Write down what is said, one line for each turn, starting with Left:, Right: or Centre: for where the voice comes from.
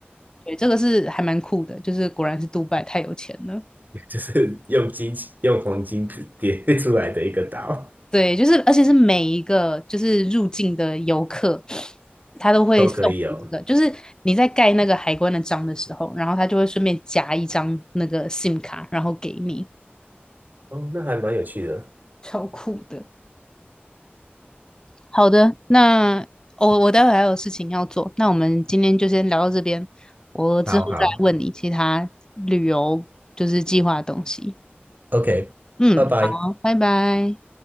Left: 对，这个是还蛮酷的，就是果然是杜拜太有钱了。
Right: <laughs> 就是用金用黄金叠 <laughs> 出来的一个岛
Left: 对，就是而且是每一个就是入境的游客，他都会送你这个，
Right: 都可以有。
Left: 就是你在盖那个海关的章的时候，然后他就会顺便夹一张那个 SIM 卡，然后给你，
Right: 哦，那还蛮有趣的。
Left: 超酷的。好的，那我我待会还有事情要做，那我们今天就先聊到这边，我之后再问你其他旅游就是计划的东西。
Right: 好好，OK，
Left: 嗯，
Right: 拜拜。
Left: 好，拜拜。